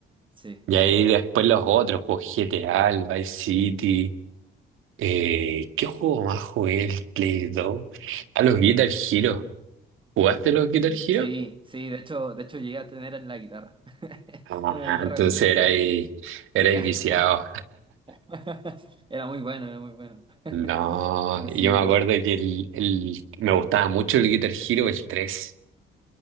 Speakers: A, on the right (about 25°); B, on the right (about 75°).
A: Sí.
B: Y ahí después los otros, pues GTA, el Vice City. Eh, ¿qué juego más jugué? El Play 2. A los Guitar Hero. ¿Jugaste los Guitar
A: Mm,
B: Hero?
A: Sí, sí, de hecho, de hecho llegué a tener en la guitarra. <laughs>
B: Ah,
A: Era Una guitarra
B: entonces
A: como.
B: era
A: de-
B: ahí, era
A: <laughs>
B: ahí viciado.
A: <laughs> Era muy bueno, era muy bueno. <laughs>
B: No,
A: No,
B: yo
A: sí,
B: me
A: ¿verdad?
B: acuerdo que el, el- me gustaba mucho el Guitar Hero, el tres